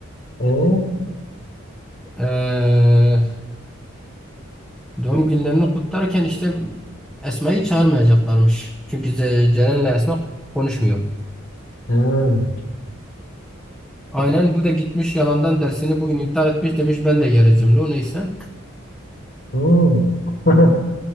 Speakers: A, on the left (about 50°); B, in the centre.
A: Ee?
B: Ee, Doğum günlerini kutlarken işte Esma'yı çağırmayacaklarmış. Çünkü Ce- Ceren'le Esma konuşmuyor.
A: Ha.
B: Aynen bu da gitmiş yalandan dersini bugün iptal etmiş demiş ben de geleceğim. O neyse.
A: Hmm. <laughs>